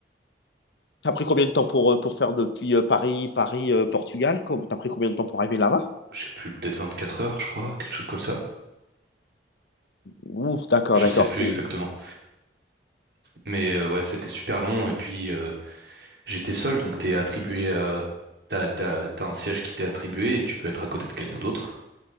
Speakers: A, on the left (about 75°); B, on the right (about 65°).
A: T'as pris combien de temps pour, euh, pour faire depuis euh, Paris, Paris, euh, Portugal? Comme- T'as pris combien de temps pour arriver là-bas?
B: Je sais plus, peut-être 24 heures, je crois, quelque chose comme ça.
A: Ouf, d'accord,
B: Je
A: d'accord.
B: sais plus exactement. Mais euh, ouais, c'était super long et puis euh, j'étais seul, donc t'es attribué à... T'as, t'as, t'as un siège qui t'est attribué et tu peux être à côté de quelqu'un d'autre.